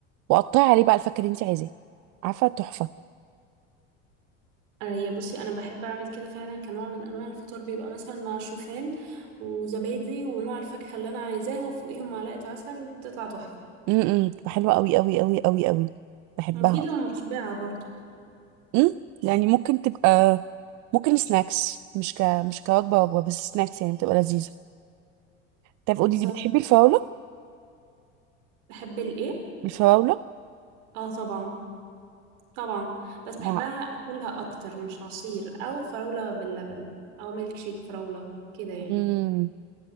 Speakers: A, on the right; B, on the right.
A: وقطعي عليه بقى الفاكهه اللي انت عايزاه عارفه تحفه
B: آه، يا بصي انا بحب اعمل كده فعلا كنوع من انواع الفطار بيبقى مثلا مع شوفان وزبادي ونوع الفاكهه اللي انا عايزاها وفوقيهم معلقه عسل بتطلع تحفه
A: امم بتبقى حلوه قوي قوي قوي قوي قوي بحبها
B: مفيده ومشبعه برضه
A: امم يعني ممكن تبقى ممكن سناكس مش ك مش كوجبه وجبه بس سناكس يعني بتبقى لذيذه طيب
B: بالظبط
A: قولي لي بتحبي الفراوله
B: بحب الايه
A: الفراوله
B: اه طبعا طبعا بس بحبها
A: مع
B: اكلها اكتر مش عصير او فراوله باللبن او ميلك شيك فراوله كده يعني
A: امم